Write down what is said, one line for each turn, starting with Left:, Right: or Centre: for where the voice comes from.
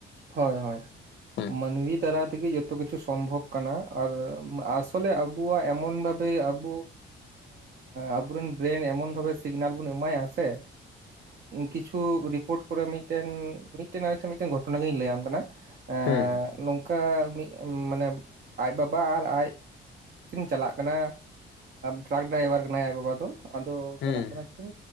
Right: ᱦᱳᱭ ᱦᱳᱭ ᱾
Left: ᱦᱮᱸ
Right: ᱢᱟᱹᱱᱢᱤ ᱫᱟᱨᱟ ᱛᱮᱜᱮ ᱡᱚᱛᱚ ᱠᱤᱪᱷᱩ ᱥᱚᱢᱵᱷᱚᱵ ᱠᱟᱱᱟ ᱟᱨ ᱟᱥᱚᱞᱮ ᱟᱵᱚᱣᱟᱜ ᱮᱢᱚᱱ ᱵᱷᱟᱵᱮ ᱟᱵᱚ ᱟᱵᱚᱨᱮᱱ ᱵᱨᱮᱱ ᱮᱢᱚᱱ ᱵᱷᱟᱵᱮ ᱥᱤᱜᱽᱱᱟᱞ ᱵᱚᱱ ᱮᱢᱟᱭᱟ ᱥᱮ, ᱠᱤᱪᱷᱩ ᱨᱤᱯᱳᱨᱴ ᱠᱚᱨᱮ ᱢᱤᱫᱴᱮᱱ ᱢᱤᱫᱴᱮᱱ ᱟᱞᱮ ᱴᱷᱮᱱ ᱱᱢᱤᱫᱴᱮᱱ ᱜᱷᱚᱴᱚᱱᱟ ᱜᱤᱧ ᱞᱟᱹᱭᱟᱢ ᱠᱟᱱᱟ, ᱮᱻ
Left: ᱦᱮᱸ
Right: ᱱᱚᱝ ᱠᱟ ᱢᱤᱫ ᱢᱟᱱᱮ ᱟᱡ ᱵᱟᱵᱟ ᱟᱨ ᱟᱡ, ᱠᱤᱱ ᱪᱟᱞᱟᱜ ᱠᱟᱱᱟ, ᱴᱨᱟᱠ ᱰᱟᱭᱵᱷᱟᱨ ᱠᱟᱱᱟᱭ ᱟᱡ ᱵᱟᱵᱟ ᱫᱚ ᱟᱫᱚ
Left: ᱦᱮᱸ
Right: ᱪᱟᱞᱟᱜ ᱠᱟᱱᱟ ᱠᱤᱱ